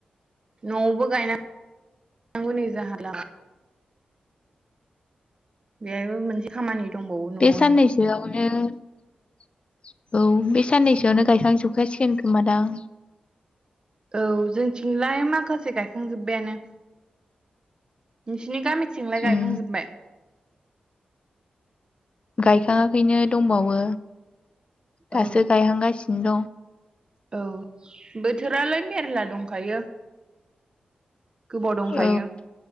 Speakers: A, on the right; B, on the left.
A: न'यावबो गायना गौ नै जाहाला बेहायबो मोनसे खामानि दंबावो न'आवनो
B: बे साननैसोयावनो औ बे साननैसोआवनो गायखांजोबखासिगोन खोमा दां
A: औ जोंथिंलाय माखासे गायखांजोबबायानो नोंसिनि गामिथिंलाय गायखांजोबबाय
B: उम गायखाङाखैनो दंबावो
A: औ
B: दासो गायहांगासिनो दं
A: औ बोथोरालाय मेरला दंखायो गोबाव दंखायो
B: दं